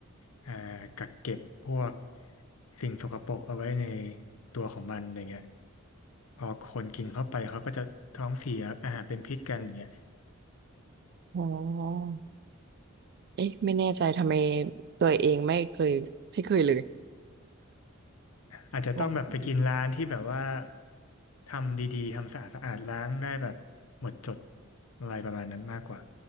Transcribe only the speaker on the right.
อ๋อเอ๊ะไม่แน่ใจทำไมตัวเองไม่เคยไม่เคยเลย
งงเหมือนกัน